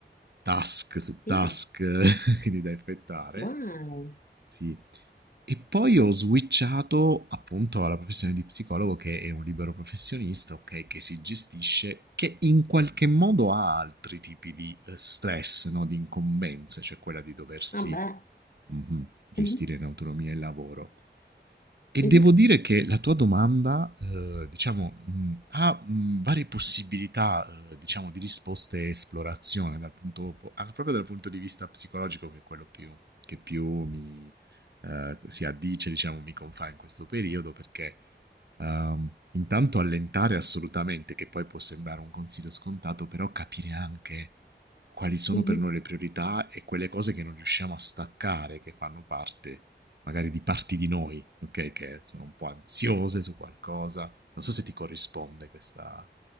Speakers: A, on the right; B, on the left.
A: task su task
B: yeah,
A: <laughs> quindi da effettare.
B: wow.
A: Sì. E poi ho switchato appunto alla professione di psicologo che è un libero professionista, ok, che si gestisce, che in qualche modo ha altri tipi di eh, stress, no? di incombenze, cioè quella di doversi
B: Ah, beh.
A: Mh-mh. Gestire
B: Mhm,
A: in autonomia il lavoro. E
B: mhm,
A: devo dire che la tua domanda, uhm, diciamo, mhmm, ha, mhmm, varie possibilità, uhm, diciamo di risposte e esplorazione dal punto po anche proprio dal punto di vista psicologico che è quello più che più mi, uhm, si addice, diciamo, mi confà in questo periodo perché, uhm, intanto allentare assolutamente, che poi può sembrare un consiglio scontato, però capire anche quali sono
B: mhm.
A: per noi le priorità e quelle cose che non riusciamo a staccare, che fanno parte magari di parti di noi, ok? Che sono un po' ansiose su qualcosa. Non so se ti corrisponde questa,